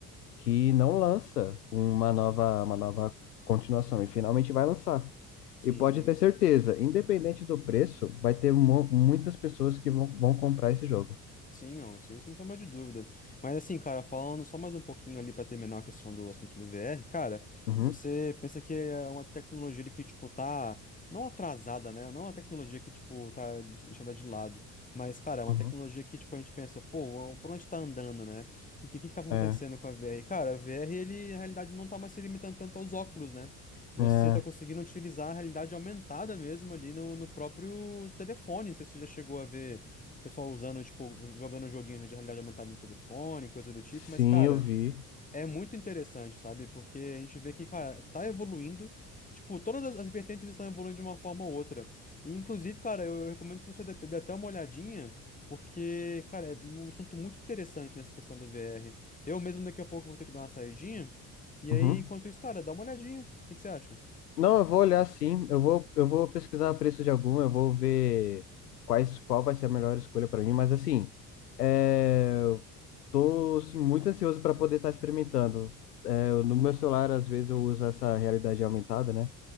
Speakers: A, on the left; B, on the left.
A: que não lança uma nova, uma nova continuação e finalmente vai lançar.
B: Sim,
A: E pode
B: sim.
A: ter certeza, independente do preço, vai ter mu- muitas pessoas que vão, vão comprar esse jogo.
B: Sim, não, isso aí sem sombra de dúvida. Mas assim, cara, falando só mais um pouquinho ali pra terminar a questão do assunto do VR, cara,
A: Uhum,
B: você pensa que é uma tecnologia ali que, tipo, tá não atrasada, né? Não é uma tecnologia que, tipo, tá deixando ela de lado. Mas, cara, é uma
A: uhum.
B: tecnologia que, tipo, a gente pensa, pô, por onde tá andando, né? E o que, que que tá acontecendo
A: É,
B: com a VR? Cara, a VR, ele, na realidade, não tá mais se limitando tanto aos óculos, né? Você
A: é,
B: tá conseguindo utilizar a realidade aumentada mesmo ali no, no próprio telefone. Não sei se você já chegou a ver. O pessoal usando, tipo, jogando um joguinho de realidade aumentada no telefone, coisa do tipo.
A: sim,
B: Mas, cara,
A: eu vi.
B: é muito interessante, sabe? Porque a gente vê que, cara, tá evoluindo. Tipo, todas as as vertentes estão evoluindo de uma forma ou outra. E, inclusive, cara, eu, eu recomendo que você dê, dê até uma olhadinha, porque, cara, é um assunto muito interessante nessa questão do VR. Eu mesmo daqui a pouco vou ter que dar uma saidinha. E aí,
A: Uhum.
B: enquanto isso, cara, dá uma olhadinha. O que que você acha?
A: Não, eu vou olhar sim. Eu vou, eu vou pesquisar preço de algum, eu vou ver quais, qual vai ser a melhor escolha para mim. Mas assim, é, eu tô assim, muito ansioso para poder estar experimentando. É, no meu celular, às vezes, eu uso essa realidade aumentada, né?